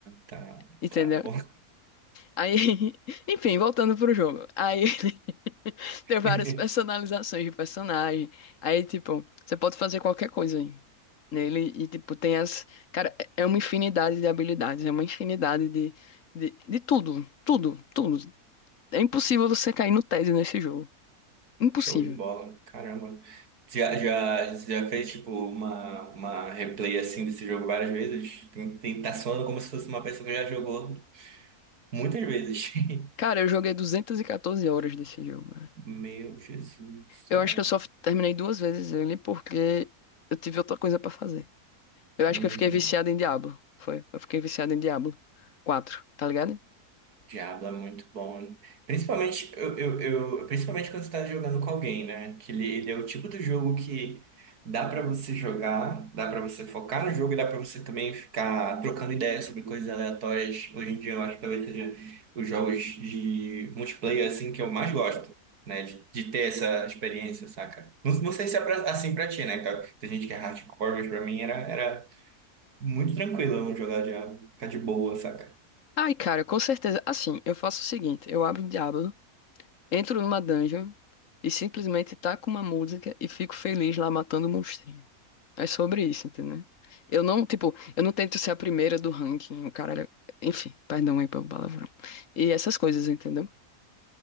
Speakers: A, on the right; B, on the left.
A: tá,
B: entendeu?
A: tá bom.
B: Aí, <laughs> enfim, voltando pro jogo. Aí <laughs> tem
A: <laughs>
B: várias personalizações de personagem. Aí, tipo, você pode fazer qualquer coisa aí nele e, tipo, tem as. Cara, é é uma infinidade de habilidades, é uma infinidade de, de, de tudo, tudo, tudo. É impossível você cair no tédio nesse jogo. Impossível.
A: Show de bola, caramba. Já, já, já fez tipo uma, uma replay assim desse jogo várias vezes? Tem, tem, tá soando como se fosse uma pessoa que já jogou muitas vezes. <laughs>
B: Cara, eu joguei 214 horas desse jogo.
A: Meu Jesus do céu.
B: Eu acho que eu só terminei duas vezes ele porque eu tive outra coisa pra fazer. Eu acho
A: Uhum.
B: que eu fiquei viciado em Diablo. Foi. Eu fiquei viciado em Diablo 4, tá ligado?
A: Diablo é muito bom. Principalmente, eu, eu, eu- principalmente quando você tá jogando com alguém, né? Que ele, ele é o tipo do jogo que dá pra você jogar, dá pra você focar no jogo e dá pra você também ficar trocando ideias sobre coisas aleatórias. Hoje em dia eu acho que talvez seja os jogos de multiplayer assim que eu mais gosto, né? De, de ter essa experiência, saca? Não, não sei se é pra- assim pra ti, né? Tá- Tem gente que é hardcore, mas pra mim era, era muito tranquilo eu não jogar Diablo, ficar de boa, saca?
B: Ai, cara, com certeza. Assim, eu faço o seguinte: eu abro o Diablo, entro numa dungeon e simplesmente taco uma música e fico feliz lá matando o monstrinho. É sobre isso, entendeu? Eu não, tipo, eu não tento ser a primeira do ranking, o cara. Enfim, perdão aí pelo palavrão. E essas coisas, entendeu?